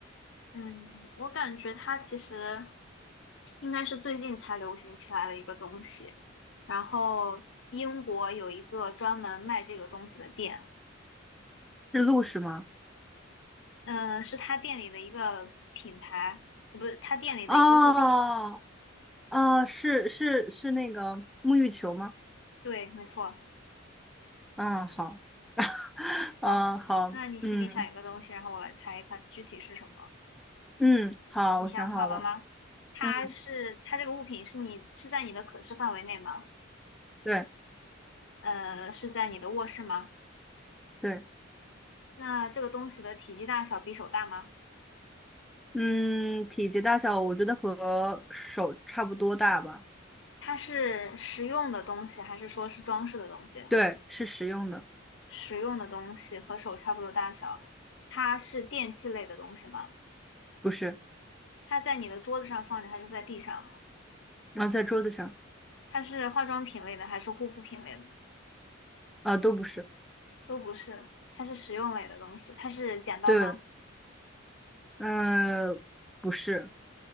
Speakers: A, on the left; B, in the centre.
A: 嗯，我感觉它其实应该是最近才流行起来的一个东西。然后英国有一个专门卖这个东西的店，
B: 是露是吗？
A: 嗯、是他店里的一个品牌，呃不是他店里的一个物品。
B: 哦，哦，是是是那个沐浴球吗？
A: 对，没错。
B: 嗯，好，<laughs>
A: 好，
B: 嗯，好，
A: 那你心里想一个东西，
B: 嗯
A: 然后我来猜它具体是什么。
B: 嗯，好，
A: 你想好了吗？
B: 我想好了，
A: 它是它这个物品是你是在你的可视范围内吗？
B: 嗯，对
A: 呃，是在你的卧室吗？
B: 对，
A: 那这个东西的体积大小比手大吗？
B: 嗯，体积大小我觉得和手差不多大吧，
A: 它是实用的东西，还是说是装饰的东西？
B: 对，是实用的。
A: 实用的东西和手差不多大小，它是电器类的东西吗？
B: 不是，
A: 它在你的桌子上放着，还是在地上？
B: 啊，在桌子上，
A: 它是化妆品类的，还是护肤品类的？
B: 啊，都不是，
A: 都不是，它是实用类的东西。它是剪刀吗？
B: 对，呃，不是，